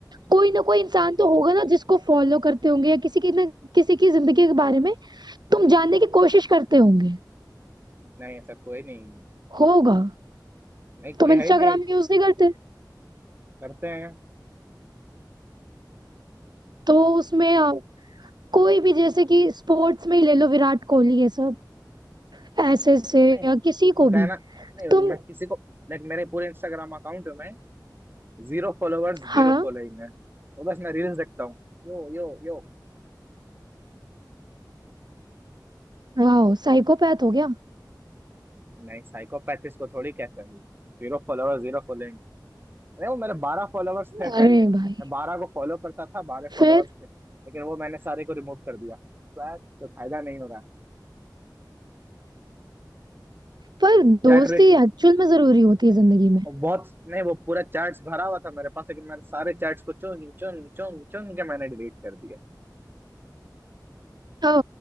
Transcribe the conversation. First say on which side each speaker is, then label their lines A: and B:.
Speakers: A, on the right; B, on the right.
A: कोई ना कोई इंसान तो होगा ना जिसको फॉलो करते होंगे या किसी की ना किसी की जिंदगी के बारे में तुम जानने की कोशिश करते होंगे
B: नहीं ऐसा कोई नहीं
A: होगा
B: नहीं कोई
A: तुम इंस्टाग्राम
B: है ही नहीं
A: यूज नहीं करते
B: करते हैं
A: तो उसमें अ, कोई भी जैसे कि स्पोर्ट्स में ही ले लो विराट कोहली ये सब ऐसे से
B: नहीं
A: या
B: तुम
A: किसी को
B: कहना
A: भी
B: नहीं
A: तुम
B: मैं किसी को लाइक मेरे पूरे इंस्टाग्राम अकाउंट में जीरो फॉलोअर्स जीरो
A: हाँ
B: फॉलोइंग है वो बस मैं रील्स देखता हूँ यो यो यो
A: वाह साइकोपैथ हो गया
B: नहीं साइकोपैथ इसको थोड़ी कहते हैं Zero follower zero following नहीं वो मेरे बारह फॉलोवर्स थे पहले
A: अरे
B: मैं
A: भाई
B: बारह को फॉलो करता था बारह
A: फिर
B: फॉलोवर्स थे लेकिन वो मैंने सारे को रिमूव कर दिया तो तो फायदा नहीं हो रहा
A: पर
B: चैट
A: दोस्ती
B: रिक
A: एक्चुअल में जरूरी होती है जिंदगी में
B: बहुत नहीं वो पूरा चैट्स भरा हुआ था मेरे पास लेकिन मैंने सारे चैट्स को चुन चुन चुन चुन के मैंने डिलीट कर दिए
A: ओ